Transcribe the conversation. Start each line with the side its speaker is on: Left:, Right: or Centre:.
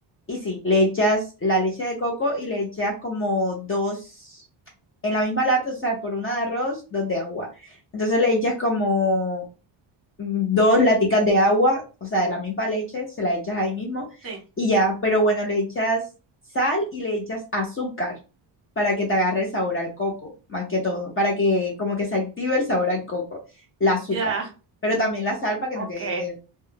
Left: Y sí, le echas la leche de coco y le echas como dos, en la misma lata, o sea, por una de arroz, dos de agua. Entonces le echas como dos laticas de agua, o sea, de la misma leche, se la echas ahí mismo
Right: Sí.
Left: y ya, pero bueno, le echas sal y le echas azúcar para que te agarre el sabor al coco, más que todo, para que como que se active el sabor al coco, el azúcar,
Right: Ya,
Left: pero también la sal para que
Right: ok.
Left: no quede,